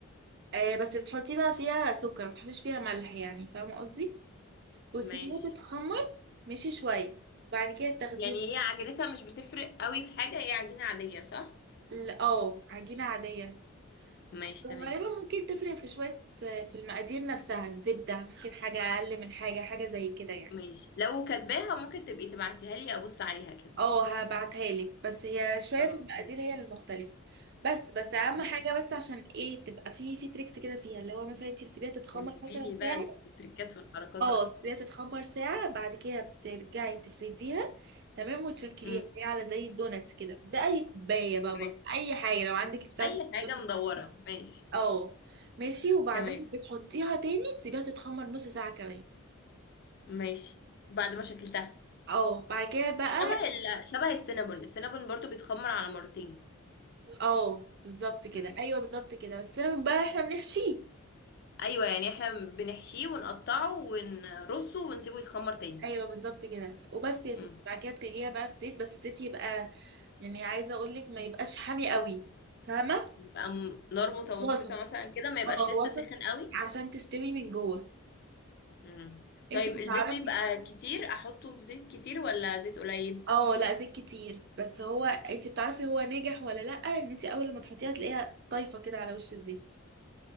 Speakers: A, on the right (about 50°); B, on the left (about 45°).
A: آه بس بتحطي بقى فيها سكر ما بتحطيش فيها ملح يعني فاهمة قصدي وتسيبيها
B: ماشي
A: تتخمر ماشي شوية بعد كده تاخديها
B: يعني هي عجينتها مش بتفرق قوي في حاجه هي عجينه عاديه صح
A: ل- اه عجينة عادية
B: ماشي
A: وغالبا
B: تمام
A: ممكن تفرق في شوية في المقادير نفسها الزبدة ممكن حاجة أقل من حاجة حاجة زي كده يعني
B: ماشي لو كاتباها ممكن تبقي تبعتيها لي ابص عليها كده
A: اه هبعتها لك بس هي شوية
B: خلاص
A: في المقادير
B: م-
A: هي المختلفة بس بس أهم
B: ماشي
A: حاجة بس عشان ايه تبقى في في تريكس كده فيها اللي هو مثلا انت بتسيبيها تتخمر
B: قولي
A: مثلا
B: لي بقى
A: ساعة
B: التريكات والحركات
A: اه
B: بقى
A: تسيبيها تتخمر ساعة بعد كده بترجعي تفرديها تمام وتشكليها
B: امم
A: هي على زي الدوناتس كده بأي كوباية بقى
B: تمام
A: برضه، أي حاجة لو عندك بتاعة
B: اي حاجه
A: الدوناتس.
B: مدوره ماشي
A: اه ماشي وبعدين
B: تمام
A: بتحطيها تاني تسيبيها تتخمر نص ساعة كمان
B: ماشي بعد ما شكلتها
A: اه بعد كده بقى
B: شبه ال... شبه السينابون السينابون برضو بيتخمر على مرتين
A: اه بالظبط كده
B: امم
A: ايوه بالظبط كده بس انا بقى احنا بنحشيه
B: ايوه يعني احنا بنحشيه ونقطعه ونرصه ونسيبه يتخمر تاني
A: ايوه بالظبط كده وبس يا ستي
B: امم
A: بعد كده بتقليها بقى في زيت بس الزيت يبقى يعني عايزه اقول لك ما يبقاش حامي قوي فاهمه
B: يبقى م- نار متوسطه
A: وسط
B: مثلا كده ما يبقاش
A: اه
B: لسه
A: وسط
B: سخن قوي
A: عشان تستوي من جوه
B: مم.
A: انت
B: طيب الزيت
A: بتعرفي
B: بيبقى كتير احطه في زيت كتير ولا زيت قليل
A: اه لا زيت كتير بس هو انت بتعرفي هو ناجح ولا لا ان انت اول لما تحطيها تلاقيها طايفه كده على وش الزيت